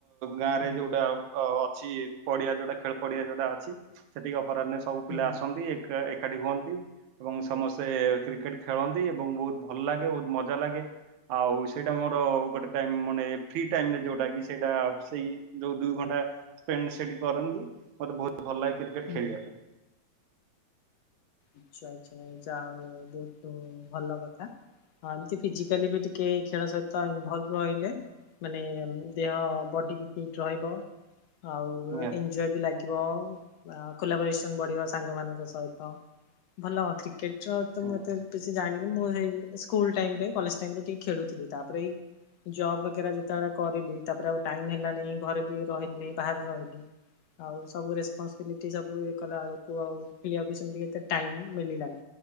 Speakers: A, on the right (about 80°); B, on the left (about 70°).
A: ଗାଆଁରେ
B: ହୁଁ
A: ଯୋଉଟା ଅ ଅଛି ପଡିଆ ଯୋଉଟା ଖେଳ ପଡିଆ ଯୋଉଟା ଅଛି ସେଠିକି ଅପରାହ୍ନରେ ସ ସବୁ ପିଲା
B: ହୁଁ
A: ଆସନ୍ତି ଏକ୍ ଏକାଠି ହୁଅନ୍ତି। ଏବଂ ସମସ୍ତେ କ୍ରିକେଟ ଖେଳନ୍ତି ଏବଂ ବହୁତ ଭଲ ଲାଗେ ବହୁତ ମଜା ଲାଗେ। ଆଉ ସେଇଟା ମୋର ଗୋଟେ ଟାଇମ ମାନେ ଫ୍ରି ଟାଇମରେ ଯୋଉଟା କି ସେଇଟା ସେଇ ଯୋଉ ଦୁଇ ଘଣ୍ଟା ସ୍ପେଣ୍ଡ ସେଠି କରନ୍ତି ମତେ ବହୁତ ଭଲ ଲାଗେ କ୍ରିକେଟ
B: ହୁଁ।
A: ଖେଳିବା ପାଇଁ।
B: ଆଚ୍ଛା-ଆଚ୍ଛା ଯା ହଉ ବହୁତ ଭଲ କଥା। ହଁ ଏମତି ଫିଜିକାଲି ବି ଟିକେ ଖେଳ ସହିତ ଇନଭଲ୍ଭ ରହିଲେ ମାନେ ଦେହ ବଡି ବି ଫିଟ୍ ରହିବ। ଆଉ
A: ନିହାତି
B: ଏଞଜୟ ବି ଲାଗିବ ଖୋଲା ପରିଶ୍ରମ ବଢିବ ସାଙ୍ଗମାନଙ୍କ ସହିତ। ଭଲ କ୍ରିକେଟର ତ
A: ହୁଁ
B: ମତେ କିଛି ଜାଣିନି ମୁଁ ସେଇ ସ୍କୁଲ ଟାଇମରେ କଲେଜ ଟାଇମରେ ଟିକେ ଖେଳୁଥିଲି ତାପରେ ଏଇ ଜବ ବଗେରା ଯେତେବେଳେ କରିଲି ତାପରେ ଆଉ ଟାଇମ ହେଲାନି ଘରେ ବି ରହିଲିନି ବାହାରେ ରହିଲି। ଆଉ ସବୁ ରେସ୍ପନସିବିଲିଟି ସବୁ ଏ‌ କଲାବେଳକୁ ଆଉ ଖେଳିବାକୁ ସେମିତି ଏତେ ଟାଇମ୍ ମିଳିଲାନି